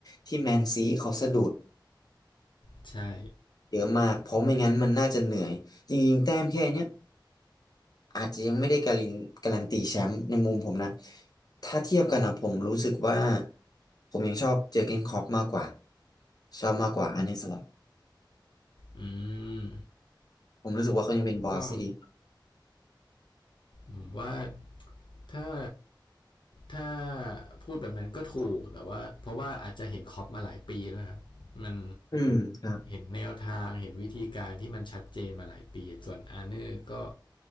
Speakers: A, on the left; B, on the left.
A: ที่แมนซีเขาสะดุด
B: ใช่
A: เยอะมากเพราะไม่งั้นมันน่าจะเหนื่อยจริงๆแต้มแค่เนี้ยอาจจะยังไม่ได้การันการันตีแชมป์ในมุมผมนะถ้าเทียบกันนะผมรู้สึกว่าผมยังชอบเจอร์เก้นคล็อปมากกว่าชอบมากกว่าอันเนสลอต
B: อืม
A: ผมรู้สึกว่าเขายังเป็นบอสที่ดี
B: ก็ผมว่าถ้าถ้าพูดแบบนั้นก็ถูกแต่ว่าเพราะว่าอาจจะเห็นคล็อปมาหลายปีแล้วครับมัน
A: อืมครับ
B: เห็นแนวทางเห็นวิธีการที่มันชัดเจนมาหลายปีส่วนอาร์เนอร์ก็